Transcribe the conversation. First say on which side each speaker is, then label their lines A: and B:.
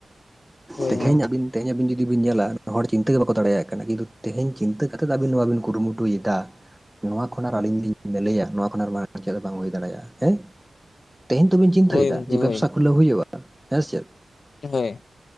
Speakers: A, on the left; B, in the centre.
A: ᱦᱳᱭ
B: ᱛᱮᱦᱮᱧ
A: ᱦᱳᱭ
B: ᱟᱹᱵᱤᱱ ᱛᱮᱦᱮᱧᱵ ᱡᱩᱫᱤᱵᱤᱱᱮᱞᱟ ᱦᱚᱲ ᱪᱤᱱᱛᱟᱹ ᱜᱮ ᱵᱟᱠᱚ ᱫᱟᱲᱮᱭᱟᱜ ᱠᱟᱱᱟ ᱠᱤᱱᱛᱩᱦᱮᱧ ᱪᱤᱱᱛᱟᱹ ᱠᱟᱛᱮ ᱟᱵ ᱱᱚᱣᱟᱵᱤᱱ ᱠᱩᱨᱩᱢᱩᱴᱩ ᱫᱩᱭᱴᱟ ᱱᱚᱣᱟ ᱠᱷᱚᱱ ᱟᱨ ᱟᱹᱞᱤᱧ ᱞᱤᱧ ᱞᱟᱹᱭᱟ ᱱᱚᱣᱟ ᱠᱷᱚᱱᱟᱜ ᱢᱟᱨᱟᱝ ᱪᱮᱫ ᱫᱚ ᱵᱟᱝ ᱦᱩᱭ ᱫᱟᱲᱮᱭᱟᱜᱼᱟ ᱦᱮᱸ ᱛᱮᱦᱮᱧ ᱛᱚᱵᱮᱧ ᱪᱤᱱᱛᱟᱹᱭᱮᱫᱟ
A: ᱦᱳᱭ ᱜᱚᱢᱠᱮ
B: ᱡᱮ ᱵᱮᱵᱽᱥᱟ
A: ᱦᱳᱭ
B: ᱠᱷᱩᱞᱟᱹᱣ ᱦᱩᱭᱩᱜᱼᱟ ᱦᱮᱸᱥᱮ
A: ᱦᱮᱸ